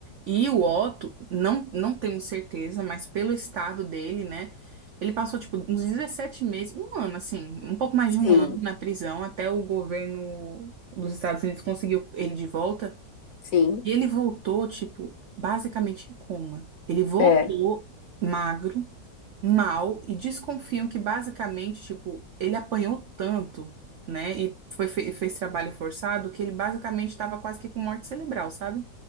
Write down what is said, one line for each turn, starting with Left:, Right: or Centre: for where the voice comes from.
Right: E o Otto, não, não temos certeza, mas pelo estado dele, né? Ele passou, tipo, uns 17 meses, um ano, assim, um pouco mais
Left: Sim,
Right: de um ano na prisão, até o governo dos Estados Unidos conseguiu ele de volta.
Left: sim,
Right: E ele voltou, tipo, basicamente em coma. Ele voltou
Left: é,
Right: magro, mal, e desconfiam que basicamente, tipo, ele apanhou tanto, né? E foi, fe- fez trabalho forçado, que ele basicamente estava quase que com morte cerebral, sabe?